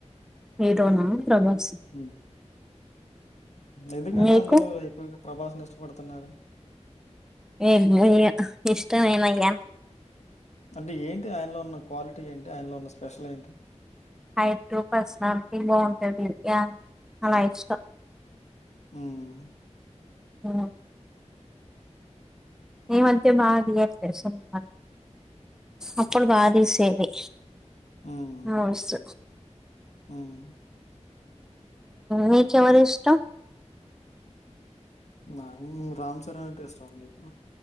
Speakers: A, in the centre; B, on the left (about 70°).
A: హీరోనా ప్రభాస్
B: హ్మ్. ఎందుకని
A: మీకు
B: అందరు ఎక్కువగా ప్రభాస్ని ఇష్టపడుతున్నారు
A: ఏ ఇష్టంమేనయ్యా
B: అంటే ఏంటి ఆయనలో ఉన్న క్వాలిటీ ఏంటి ఆయనలో ఉన్న స్పెషల్ ఏంటి
A: హైట్ టు పర్సనాలిటీ బాగుంటది అలాయిచ్చ
B: మ్మ్
A: ఆ <unintelligible> అప్పుడు బాధ వేసేది
B: హ్మ్.
A: మస్త్
B: హ్మ్.
A: మీక ఎవరి ఇష్టం
B: మ రామ్ చరణ్ అంటే ఇష్టం అండి ఇప్పుడు